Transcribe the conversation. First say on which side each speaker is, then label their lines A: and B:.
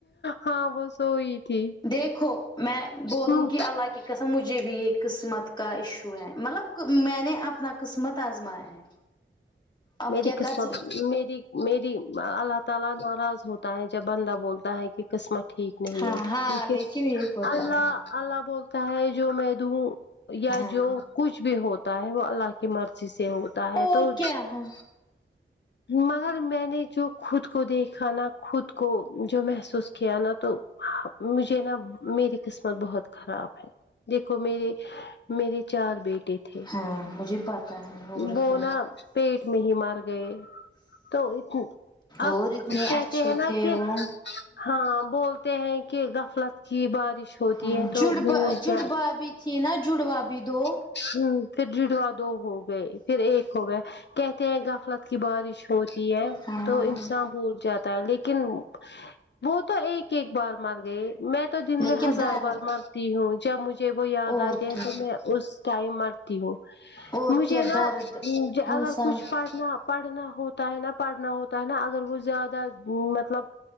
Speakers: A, on the left; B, on the left.
A: ہاں وہ سوئی تھی
B: دیکھو میں بولوں
A: ہاں
B: گی اللہ کی قسم مجھے بھی یہ قسمت کا ایشو ہے مطلب میں نے اپنا قسمت آزمایا ہے اب
A: میری
B: کیا
A: قسمت
B: کر سو
A: میری میری اللہ تعالی ناراض ہوتا ہے جب بندہ بولتا ہے کہ قسمت ٹھیک نہیں
B: ہاں
A: ہے
B: ہاں
A: کیونکہ
B: لیکن یہ ہوتا
A: اللہ
B: ہے
A: اللہ بولتا ہے جو میں دوں یا
B: ہاں
A: جو کچھ بھی ہوتا ہے وہ اللہ کی مرضی سے ہوتا ہے
B: اور
A: تو
B: کیا ہے
A: مگر میں نے جو خود کو دیکھا نا خود کو جو محسوس کیا نا تو مجھے نا میری قسمت بہت خراب ہے دیکھو میرے میرے چار بیٹ ٹے تھے
B: ہاں مجھے پتا ہے اور
A: وہ
B: کیا
A: نا پیٹ میں ہی مر گئے تو انکو اب
B: اور اتنے
A: کیا
B: اچھے
A: کہنا
B: تھے
A: کے
B: وہ
A: ہاں ہاں بولتے ہیں کہ غفلت کی بارش ہوتی
B: ہاں
A: ہے تو
B: جڑبا
A: بھول
B: جڑبا
A: جائے
B: بھی تھی نا جڑوا بھی دو
A: ہ پھر جڈوا دو ہو گئے پھر ایک ہو گیا کہتے ہیں غفلت کی بارش ہوتی ہے
B: ہاں
A: تو انسان بول جاتا ہے لیکن وہ تو ایک ایک بار مر گئے میں تو تو دن
B: لیکن
A: میں ہزار
B: درد
A: بار مرتی ہوں جب مجھے وہ یاد
B: اور
A: آتے
B: کیا
A: تو میں اس ٹائم مرتی ہوں
B: اور
A: مجھے
B: کیا
A: نا
B: درد انسان
A: اگر کچھ
B: کو
A: پڑھنا پڑھنا ہوتا ہے نا پڑھنا ہوتا ہے نا اگر وہ زیادہ مطلب